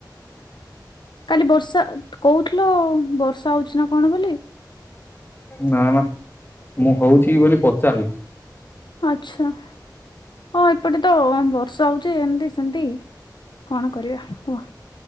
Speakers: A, on the left; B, on the left.
A: କାଲି ବର୍ଷା କହୁଥିଲ ବର୍ଷା ହଉଛି ନା କଣ ବୋଲି?
B: ନା ନା ମୁଁ ହଉଛି କି ବୋଲି ପଚାରିଲି?
A: ଆଚଛା। ହଁ ଏପଟେ ତ ବର୍ଷା ହଉଛି ଏମତି ସେମିତି କଣ କରିବା ହୁହ?